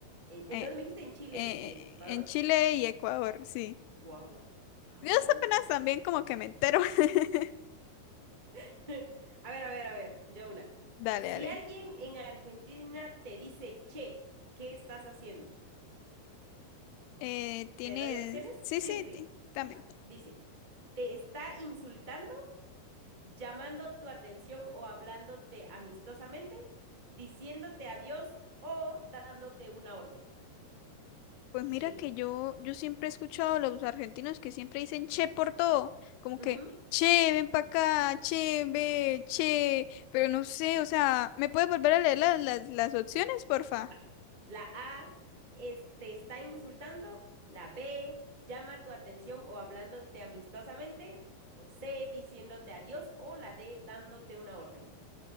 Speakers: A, on the right; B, on the left.
A: ¿En, en
B: Eh,
A: dónde me dijiste? En Chile
B: eh,
A: y Ecuador.
B: en Chile y Ecuador, sí.
A: Guagua. Ah.
B: Yo apenas también como que me entero. <laughs>
A: <laughs> A ver, a ver, a ver, ya una.
B: Dale,
A: Si
B: dale.
A: alguien en Argentina te dice, che, ¿qué estás haciendo?
B: Eh, tienes.
A: ¿Te doy opciones?
B: Sí,
A: Sí,
B: sí,
A: sí.
B: ti- también.
A: Va, dice, te está insultando. llamando tu atención o hablándote amistosamente, diciéndote adiós o dándote una orden.
B: Pues mira
A: Sí.
B: que yo, yo siempre he escuchado a los argentinos que siempre dicen che por todo, como
A: Ujú,
B: que che, ven para acá, che, ve, che, pero no sé, o sea, ¿me puedes volver a leer las, las, las opciones, porfa?
A: va. La A es, te está insultando. La B llama tu atención o hablándote amistosamente. O C diciéndote adiós. O la D dándote una orden.